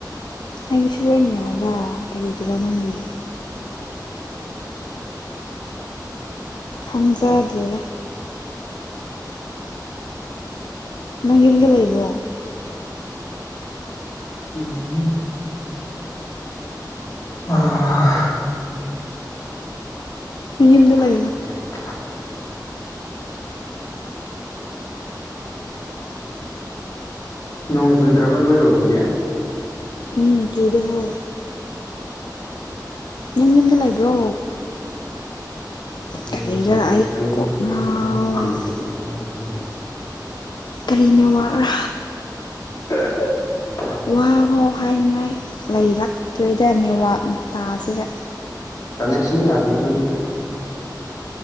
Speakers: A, on the left (about 80°); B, on the left (about 55°).
A: ꯑꯩꯒꯤꯁꯨ ꯂꯣꯏꯟ ꯌꯥꯏꯗ ꯀꯔꯤꯒꯤꯔ ꯅꯪꯒꯤ ꯈꯪꯖꯗ꯭ꯔꯦꯗ ꯅꯪ ꯌꯨꯝꯗ ꯂꯩꯕ꯭ꯔꯣ
B: ꯎꯝ ꯑꯥ
A: ꯨꯃꯌꯨꯝꯗ ꯂꯩ
B: <unintelligible> ꯅꯣꯡ ꯆꯨꯗ꯭ꯔꯕ ꯅꯣꯏꯔꯣꯝꯗꯗꯤ
A: ꯎꯝ ꯆꯨꯨꯗꯦ ꯍꯣ ꯅꯪ ꯌꯨꯝꯗ ꯂꯩꯕ꯭ꯔꯣ
B: ꯅꯣꯡ
A: ꯀꯔꯤꯔ
B: ꯆꯨꯗ꯭ꯔꯕ꯭ꯔꯣ
A: ꯑꯩ ꯀꯣꯛ
B: ꯍꯥꯏꯔꯁꯨ
A: ꯉꯥꯎꯔꯦꯗ
B: ꯈꯨꯝꯕꯁꯨ ꯇꯥꯗꯦꯅꯦ
A: ꯀꯔꯤ ꯅꯦꯋꯥꯔꯥ
B: <unintelligible>
A: ꯋꯥ ꯐꯥꯎ ꯍꯥꯏꯅꯤꯡꯉꯥꯏ ꯂꯩꯔꯛꯇꯣꯏꯗꯅꯦ ꯋꯥꯥꯛ ꯃꯇꯁꯤꯒ
B: ꯀꯅꯦꯛꯁꯟ ꯌꯥꯗꯦ ꯏꯕꯥꯅꯤꯒꯤ